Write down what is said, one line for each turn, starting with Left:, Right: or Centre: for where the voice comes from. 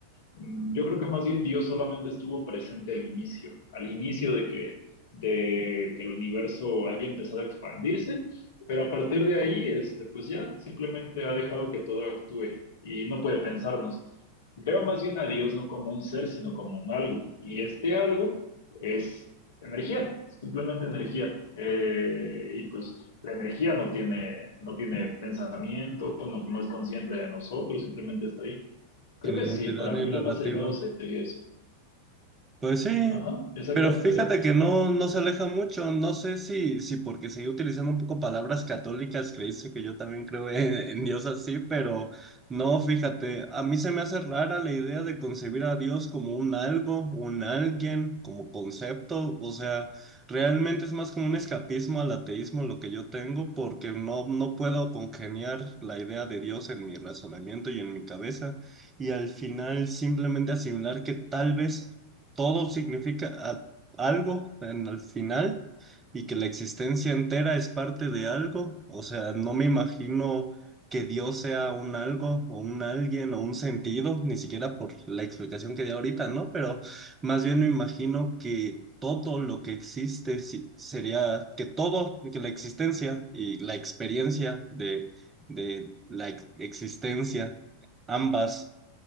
Left: Mm, Yo creo que más bien Dios solamente estuvo presente al inicio, al inicio de que, de que el universo haya empezado a expandirse, pero a partir de ahí, este, pues ya simplemente ha dejado que todo actúe y no puede pensarnos. Veo más bien a Dios no como un ser, sino como un algo. Y este algo es energía, simplemente energía. Eh, y pues la energía no tiene, no tiene pensamiento, no, no es consciente de nosotros, simplemente está ahí. Creo
Right: Identidad
Left: que sí, para mí
Right: y narrativa.
Left: lo más cercano sería eso.
Right: Pues sí,
Left: Ajá, exactamente.
Right: pero fíjate que no, no se aleja mucho. No sé si, si porque seguí utilizando un poco palabras católicas, creíste que yo también creo en, en Dios así, pero no, fíjate, a mí se me hace rara la idea de concebir a Dios como un algo, un alguien, como concepto. O sea, realmente es más como un escapismo al ateísmo lo que yo tengo, porque no, no puedo congeniar la idea de Dios en mi razonamiento y en mi cabeza. Y al final simplemente asimilar que tal vez todo significa a- algo en el final y que la existencia entera es parte de algo. O sea, no me imagino que Dios sea un algo o un alguien o un sentido, ni siquiera por la explicación que di ahorita, ¿no? Pero más bien me imagino que todo lo que existe si- sería que todo, que la existencia y la experiencia de, de la ex- existencia, ambas